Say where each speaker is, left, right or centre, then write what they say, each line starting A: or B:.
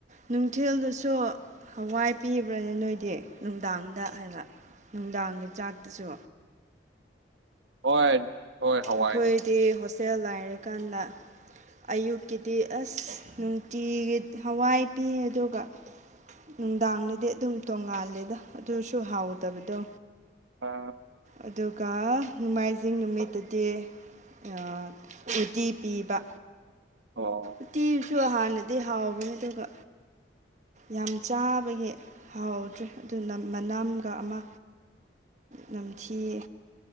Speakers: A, on the right; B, on the right.
A: ꯅꯨꯡꯊꯤꯜꯗꯁꯨ ꯍꯋꯥꯏ ꯄꯤꯕ꯭ꯔꯅꯦ ꯅꯣꯏꯗꯤ ꯅꯨꯡꯗꯥꯡꯗ ꯍꯥꯏꯕ ꯅꯨꯡꯗꯥꯡꯒꯤ ꯆꯥꯛꯇꯁꯨ
B: ꯍꯣꯏ ꯍꯣꯏ ꯍꯋꯥꯏꯅꯦ
A: ꯑꯩꯈꯣꯏꯗꯤ ꯍꯣꯁꯇꯦꯜ ꯂꯥꯏꯔꯀꯥꯟꯗ ꯑꯌꯨꯛꯀꯤꯗꯤ ꯑꯁ ꯅꯨꯡꯇꯤꯒꯤ ꯍꯋꯥꯏ ꯄꯤ ꯑꯗꯨꯒ ꯅꯨꯡꯗꯥꯡꯗꯗꯤ ꯑꯗꯨꯝ ꯇꯣꯡꯉꯥꯜꯂꯦꯗ ꯑꯗꯨꯁꯨ ꯍꯥꯎꯗꯕꯗꯣ
B: ꯑꯥ
A: ꯑꯗꯨꯒ ꯅꯣꯡꯃꯥꯏꯖꯤꯡ ꯅꯨꯃꯤꯠꯇꯗꯤ ꯇꯦ ꯑꯥ ꯎꯇꯤ ꯄꯤꯕ
B: ꯑꯣ
A: ꯎꯇꯤꯁꯨ ꯍꯥꯟꯅꯗꯤ ꯍꯥꯎꯕꯅꯦ ꯑꯗꯨꯒ ꯌꯥꯝ ꯆꯥꯕꯒꯤ ꯍꯥꯎꯗ꯭ꯔꯦ ꯑꯗꯨꯅ ꯃꯅꯝꯒ ꯑꯃ ꯅꯝꯊꯤꯌꯦ